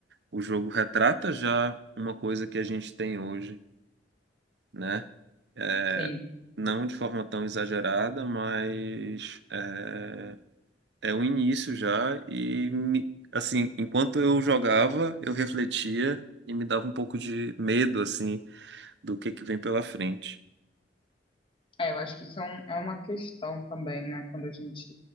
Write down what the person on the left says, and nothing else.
Sim,
é, eu acho que isso é, um- é uma questão também, né? Quando a gente,